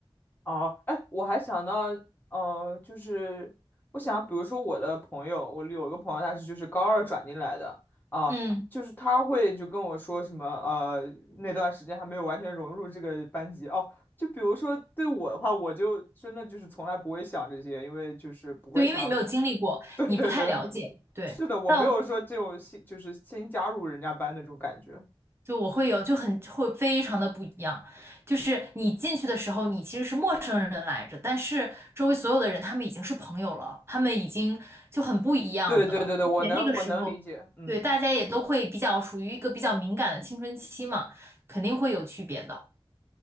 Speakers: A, on the left (about 20°); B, on the right (about 25°).
A: 哦，哎，我还想到，呃，就是我想，比如说我的朋友，我有一个朋友，他是就是高二转进来的啊，
B: 嗯。
A: 就是他会就跟我说什么，呃，那段时间还没有完全融入这个班级哦。就比如说对我的话，我就真的就是从来不会想这些，因为就是不会想，
B: 对，因为你没有经历过，
A: <laughs> 对对对，
B: 你不太了解。对，
A: 是的，我没有说这种新就是新加入人家班那种感觉。
B: 但就我会有就很会非常的不一样，就是你进去的时候，你其实是陌生人来着，但是周围所有的人他们已经是朋友了，他们已经就很不一样的。
A: 对对对对，
B: 而且那个时候，
A: 我能我能理解，嗯。
B: 对，大家也都会比较属于一个比较敏感的青春期嘛，肯定会有区别的。